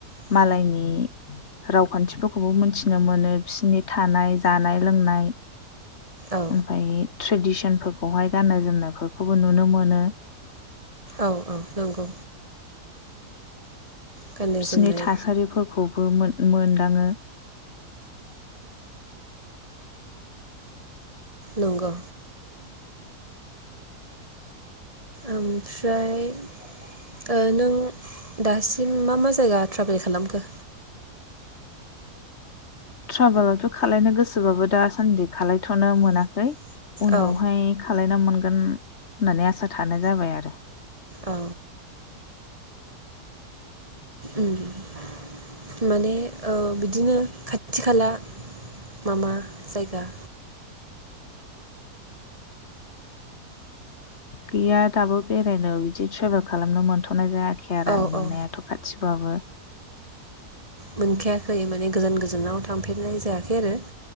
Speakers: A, on the left (about 50°); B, on the right (about 20°).
A: मालायनि रावखान्थिफोरखौबो मोनथि <unintelligible> मोनो फिसिनो मोनो फिसिनि थानाय जानाय लोंनाय
B: औ
A: ओमफाय ट्रेडिसनफोरखौहाय गाननाय जोमनायफोरखौबो नुनो मोनो।
B: औ औ नंगौ। गाननाय
A: फिसिनि
B: जोमनाय
A: थासारिफोरखौ बो मोन-मोनदाङो।
B: नंगौ ओमफ्राय ओ नों दासिम मा मा जायगा ट्राभेल खालामखो?
A: ट्राभलाथ' खालायनो गोसोबाबो दासान्दि खालायथ'नो मोनाखै उनावहाय
B: औ
A: खालायना मोनगोन होननानै आसा थानाय जाबाय आरो।
B: औ उम माने ओ बिदिनो खाथि खाला मा मा जायगा
A: गैया दाबो बेरायनो बिदि ट्रेभेल खालामनो मोनथ'नाय जा
B: औ औ
A: <unintelligible>
B: मोनखाया खै माने गोजान गोजानाव थांफेरनाय जायाखै आरो